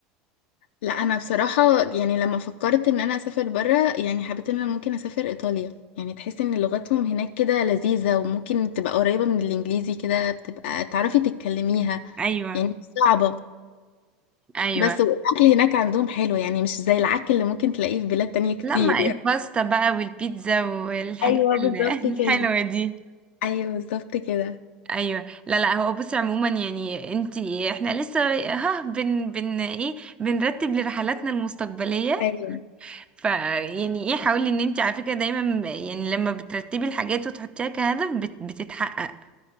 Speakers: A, on the left; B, on the right.
A: لا انا بصراحه يعني لما فكرت ان انا اسافر بره يعني حبيت ان انا ممكن اسافر ايطاليا يعني تحس ان لغتهم هناك كده لذيذه وممكن تبقى قريبه من الانجليزي كده بتبقى تعرفي تتكلميها
B: ايوه
A: يعني مش صعبه
B: ايوه
A: بس والاكل هناك عندهم حلو يعني مش زي العك اللي ممكن تلاقيه في بلاد تانية كتير
B: لا ما
A: يعني
B: الباستا بقى والبيتزا والحاجات
A: ايوه بالظبط
B: ال- <laughs> الحلوه
A: كده
B: دي
A: ايوه بالظبط كده
B: ايوه لا لا هو بصي عموما يعني انتي احنا لسه ها بن بن ايه بنرتب لرحلاتنا المستقبليه
A: ايوه
B: ف يعني ايه حاولي ان انتي على فكره دايما يعني لما بترتبي الحاجات وتحطيها كهدف بت بتتحقق